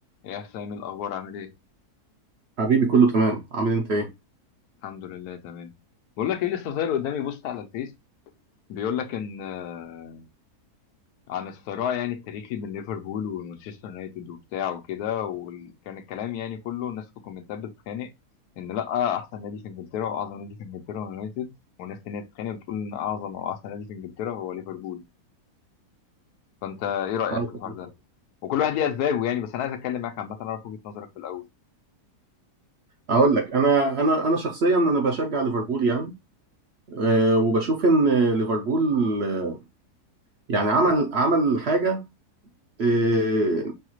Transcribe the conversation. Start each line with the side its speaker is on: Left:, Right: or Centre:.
Left: ايه يا حسام الاخبار عامل ايه
Right: حبيبي كله تمام عامل إيه انت ايه
Left: الحمد لله تمام بقول لك ايه لسه ظاهر قدامي بوست على الفيس بيقول لك ان آه، عن الصراع يعني التاريخي بين ليفربول ومانشستر يونايتد وبتاع وكده وكان الكلام يعني كله الناس في الكومنتات بتتخانق ان لا احسن نادي في انجلترا واعظم نادي في انجلترا هو يونايتد وناس تانية بتتخانق بتقول ان اعظم او احسن نادي في انجلترا هو ليفربول فانت ايه رايك
Right: اه
Left: في
Right: تمام.
Left: الحوار ده وكل واحد ليه اسبابه يعني بس انا عايز اتكلم معاك عامه اعرف وجهه نظرك في الاول
Right: اقول لك انا انا انا شخصيا انا بشجع ليفربول يعني أه وبشوف ان ليفربول آه، يعني عمل عمل حاجه أه